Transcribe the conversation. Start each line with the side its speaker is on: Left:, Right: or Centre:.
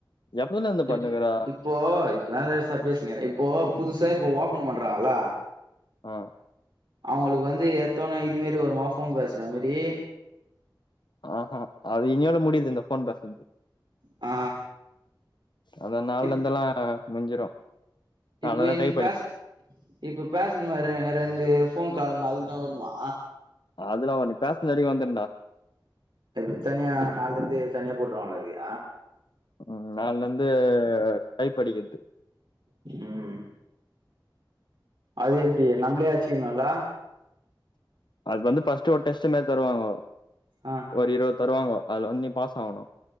Left: எப்பலருந்து
Right: இப்
Left: பண்ணுக்கீற
Right: இப்போ இப்ப <inaudible> பேசுங்கிறே இப்போ புதுசா இப்போ ஓபன் பண்றாங்கல்ல
Left: ஆ
Right: அவுங்களுக்கு வந்து எத்தவுன்னே இதுமெரி வருமா ஃபோன் பேசுற மாரி
Left: அ அ அது இன்னியோட முடியுது இந்த ஃபோன் பேசுறது
Right: ஆ
Left: அத நாளலருந்தெல்லா
Right: இப்
Left: முஞ்சிரு
Right: இப்போ
Left: அதனால
Right: இன்னைக்கு
Left: டைப் படி
Right: பேச இப்ப பேசணுமே ரெ ரெண்டு ஃபோன் கால்லு அதுக்குல்லா வருமா
Left: அதுலா வரு நீ பேசனவரிகு வந்துண்டா
Right: <unintelligible> தனியா நாலருந்து தனியா போட்ருவாங்களா அதுக்கு
Left: ம் நாளலருந்து டைப்படிக்றது
Right: ம் அது எப்டி நம்பளே அச்சுக்கணுல்ல
Left: அது வந்து ஃபர்ஸ்ட்டு ஒரு டெஸ்டு மாரி தருவாங்கோ
Right: ஆ
Left: ஒரு இருவது தருவாங்கோ அதுல வந்து நீ பாஸ் ஆவணு